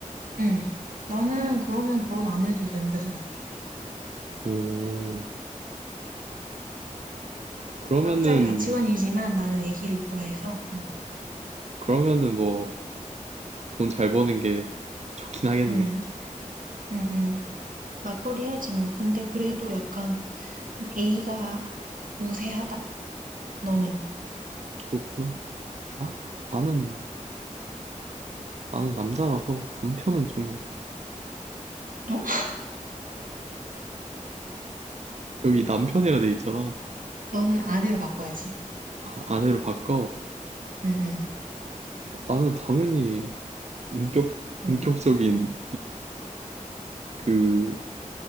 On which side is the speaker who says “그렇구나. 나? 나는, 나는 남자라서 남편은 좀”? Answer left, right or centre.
Right